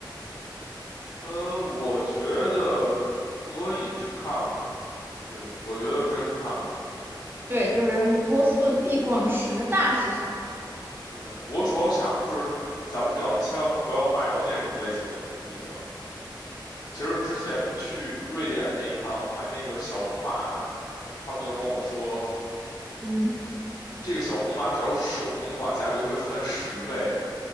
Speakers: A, on the left; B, on the right.
A: 呃，我觉得可以去看看。对，我觉得可以去看看。
B: 对，就是他们说波士顿必逛十大市场。
A: 嗯，我主要想的是，咱们只要千万不要买到那种类型的东西就行。其实之前去瑞典那一趟买那个小红马，他们就跟我说，
B: 嗯，
A: 这个小红马只要是手工的话，价格会翻十倍。